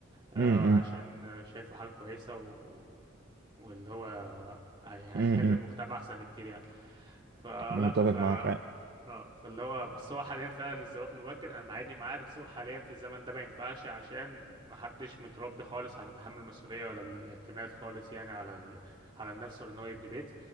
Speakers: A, on the right; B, on the right.
A: آه،
B: مم.
A: عشان شايفه حاجة كويسة و... و- واللي هو هي...
B: مم.
A: هيخلي المجتمع أحسن بكتير يعني فلا
B: متفق
A: ف
B: معاك يعني
A: اه فاللي هو بس هو حاليا فعلا الزواج المبكر انا معادني معاه بس هو حاليا في الزمن ده ما ينفعش عشان ما حدش متربي خالص على تحمل المسؤولية ولا الاعتماد خالص يعني على ال... على النفس ولا ان هو يبني بيت